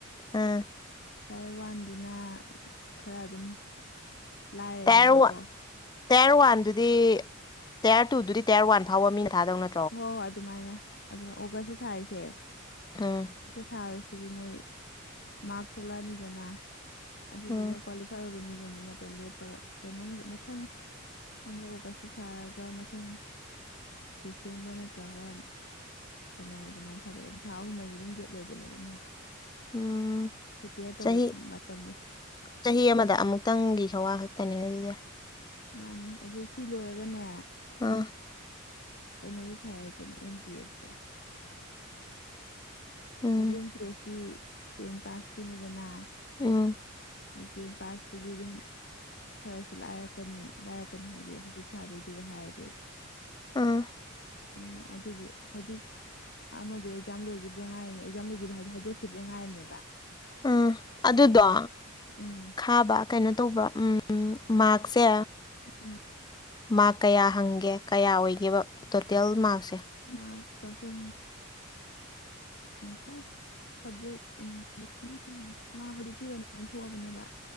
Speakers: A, on the left; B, on the left.
A: ꯎꯝ
B: ꯇꯥꯏ ꯋꯥꯟꯗꯨꯅ ꯈꯔ ꯑꯗꯨꯝ ꯂꯥꯏꯔꯅꯤꯕꯀꯣ
A: ꯇꯌꯔ ꯋꯥꯟ ꯇꯌꯔ ꯋꯥꯟꯗꯨꯗꯤ ꯇꯌꯔ ꯇꯨꯗꯨꯗꯤ ꯇꯤꯌꯔ ꯋꯥꯟ ꯐꯥꯎꯕ ꯃꯤꯅ ꯊꯥꯗꯧꯅ
B: ꯍꯣꯏ ꯍꯣꯏ ꯑꯗꯨꯃꯥꯏꯅ ꯑꯗꯨꯃꯥꯏꯅ ꯑꯣꯒꯁꯇ ꯊꯥꯔꯤꯁꯦ
A: ꯑ
B: ꯊꯥꯔꯁꯤꯗꯤ ꯃꯣꯏ ꯃꯔꯛ ꯊꯣꯛꯂꯛꯑꯅꯤꯗꯅ ꯑꯗꯨꯗꯨꯒ
A: ꯎꯝ
B: ꯀ꯭ꯋꯥꯐ ꯏꯐꯥꯏ ꯑꯣꯏꯕ ꯃꯤꯗꯨꯣ ꯑꯃꯨꯛ ꯃꯇꯝ ꯂꯦꯞꯄꯒ ꯀꯩꯅꯣꯝ ꯃꯊꯪ ꯍꯟꯗꯛꯑꯒꯁꯨ ꯁꯥꯔꯒ ꯃꯊꯪ ꯗꯤꯁꯦꯝꯕꯔ ꯅꯠꯇ꯭ꯔꯒ ꯀꯩꯅꯋꯥ ꯍꯥꯏ ꯑꯗꯨꯃꯥꯏꯅ ꯊꯗꯑꯒ ꯑꯗꯨꯝ ꯊꯥꯍꯨꯝ ꯃꯩꯗꯤ ꯑꯗꯨꯝ ꯒꯦꯞ ꯂꯩꯕꯅꯦ ꯃꯣꯏꯗꯣ
A: ꯎꯝ
B: ꯄ꯭ꯔꯤꯄꯦꯌꯔ ꯇꯧꯕ
A: ꯆꯍꯤ
B: ꯃꯇꯝꯗꯣ
A: ꯆꯍꯤ ꯑꯃꯗ ꯑꯃꯨꯛꯇꯪꯒꯤ ꯈꯧꯋꯥ ꯈꯛꯇꯅꯤꯅꯦ ꯑꯗꯨꯗꯤ
B: ꯃꯥꯅꯦ ꯑꯗꯨ ꯁꯤ ꯂꯣꯏꯔꯒꯅꯦ
A: ꯑꯥ
B: ꯀꯩꯅꯣꯁꯨ ꯐꯩꯔ ꯀꯩꯅꯣ ꯑꯦꯝ ꯇꯗꯤ ꯑꯦꯁꯇꯣ
A: ꯎꯝ
B: ꯍꯥꯏꯗꯤ ꯑꯦꯝ ꯇꯤꯁꯇꯤ ꯇꯦꯟ ꯄꯥꯁꯀꯤꯅꯤꯗꯅ
A: ꯎꯝ
B: ꯑꯗꯨ ꯇꯦꯟ ꯄꯥꯁꯇꯗꯤ ꯑꯗꯨꯝ ꯈꯔꯁꯨ ꯂꯥꯏꯔꯛꯀꯅꯤ ꯂꯥꯏꯔꯛꯀꯅꯤ ꯍꯥꯏꯗꯤ ꯍꯧꯖꯤꯛ ꯈꯥꯗꯣꯏꯗꯨ ꯍꯥꯏꯔꯦ
A: ꯑꯥ
B: ꯎ ꯑꯗꯨꯗꯤ ꯍꯧꯗꯤꯞ ꯑꯃꯗ ꯑꯦꯛꯖꯥꯝꯣꯏꯈꯤꯕꯗ ꯉꯥꯏꯔꯝꯅꯦ ꯑꯦꯛꯖꯥꯝ ꯂꯣꯏꯈꯤꯕ ꯍꯥꯏꯗꯤ ꯍꯥꯏꯗꯣꯛꯈꯤꯕꯗ ꯉꯥꯏꯔꯝꯅꯦꯕ
A: ꯎꯝ ꯑꯗꯨꯗꯣ
B: ꯎꯝ
A: ꯊꯥꯕ ꯀꯩꯅꯣ ꯇꯧꯕ꯭ꯔ ꯎꯝ ꯃꯥꯔꯁꯦ
B: ꯎꯝ
A: ꯃꯥꯔꯛ ꯀꯌꯥ ꯍꯪꯒꯦ ꯀꯌꯥ ꯑꯣꯏꯒꯦꯕ ꯇꯣꯇꯦꯜ ꯃꯥꯔꯛꯁꯦ
B: ꯃꯥ ꯆꯍꯨꯝ ꯋꯥꯣꯏꯀꯣ <inaudible> ꯁꯕꯖꯦꯛ ꯏꯪꯂꯤꯁꯅꯦ ꯃꯥ ꯍꯧꯖꯤꯛꯇꯤ ꯀꯩꯅꯣ ꯑꯣꯏꯅ ꯊꯣꯛꯑꯕꯅꯦꯕ